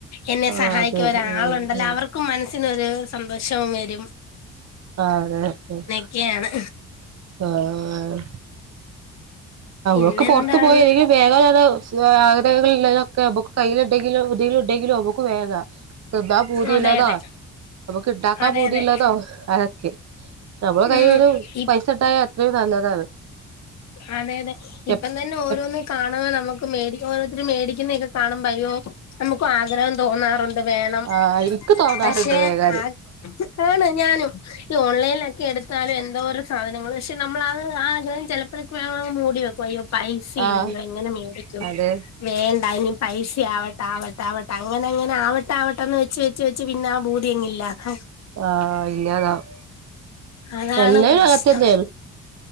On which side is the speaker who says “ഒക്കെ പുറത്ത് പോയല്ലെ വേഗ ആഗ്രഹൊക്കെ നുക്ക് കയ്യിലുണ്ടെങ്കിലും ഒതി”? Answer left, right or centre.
Right